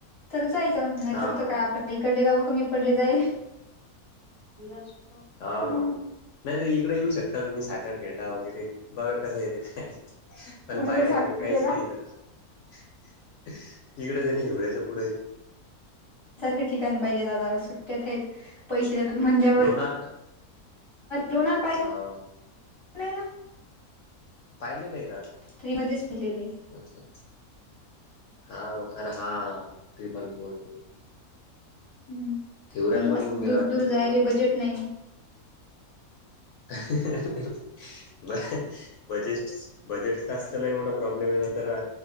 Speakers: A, on the left; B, on the left.
A: तर जायचं नाहीतर
B: हा
A: तर
B: हा
A: काय
B: हा
A: आपल्या इकडले गावं कमी पडले जाईले <unintelligible>
B: हो
A: हम्म
B: नावो नाही तर इकडे येऊ शकता तुम्ही साखर खेटा वगैरे बघा कसं येत का पण
A: कुणीकडे
B: पाहिल्यासारखं
A: साखर
B: काहीच
A: केला
B: नाही इथ इकडं <unintelligible> पुढे
A: <unintelligible> ठिकाण पाहिजेत आता सुट्ट्यात आहेत पैसे देतात म्हणल्यावर
B: लोणार
A: लोणार पाहिलं
B: हाव
A: नाही ना
B: पाहिलेलं आहे ना
A: ट्री मध्येच पिलेले
B: अच्छा अच्छा हाव <unintelligible>
A: हम्म
B: हिवऱ्याला
A: आणि जास्त
B: पण येऊन गेला
A: दूर
B: वाटतं
A: दूर
B: तुम्ही
A: जायले
B: मागं
A: बजेट नाही
B: हा हा ब बजेट बजेटचाच तर लई मोठा प्रॉब्लेम आहे ना खरा